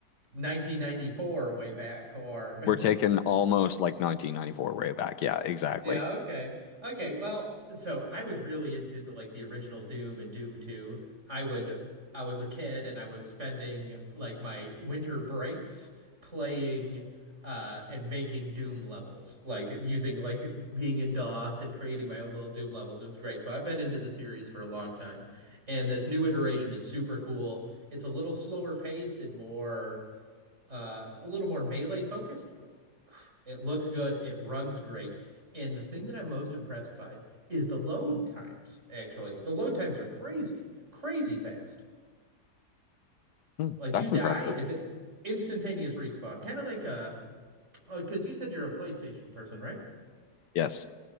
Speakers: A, on the right; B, on the left.
A: 1994 way back or
B: We're taking
A: <laughs>
B: almost like 1994 way back. Yeah, exactly.
A: Yeah, okay. Okay, well, so I was really into the like the original Doom and Doom 2. I would I was a kid and I was spending like my winter breaks playing uh and making Doom levels. Like using like being in DOS and creating my own little Doom levels. It was great. So I've been into the series for a long time. And this new iteration is super cool. It's a little slower paced and more uh, a little more melee focused, but it looks good. It runs great. And the thing that I'm most impressed by is the load times, actually. The load times are crazy, crazy fast.
B: Hmm,
A: Like
B: that's
A: you die,
B: impressive.
A: it's an instantaneous respawn. Kind of like a, oh, because you said you're a PlayStation person, right?
B: Yes.